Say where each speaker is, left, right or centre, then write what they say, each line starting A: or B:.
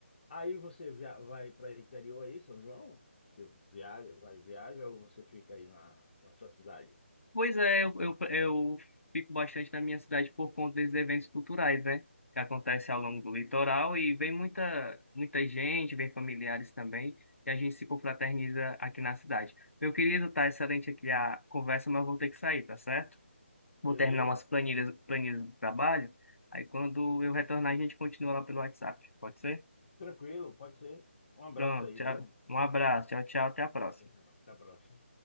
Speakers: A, on the left; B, on the left.
A: Aí você via- vai para o interior aí, São João? Você viaja, vai viaja ou você fica aí na, na sua cidade?
B: Pois é, eu, eu, eu fico bastante na minha cidade por conta desses eventos culturais, né? Que acontecem ao longo do litoral e vem muita, muita gente, vem familiares também, e a gente se confraterniza aqui na cidade. Meu querido, tá excelente aqui a conversa, mas eu vou ter que sair, tá certo? Vou
A: Beleza.
B: terminar umas planilhas, planilhas do trabalho, aí quando eu retornar a gente continua lá pelo WhatsApp, pode ser?
A: Tranquilo, pode ser. Um abraço
B: Pronto,
A: aí,
B: tchau.
A: viu?
B: Um abraço, tchau, tchau, até a próxima.
A: Tchau, tchau. Até a próxima.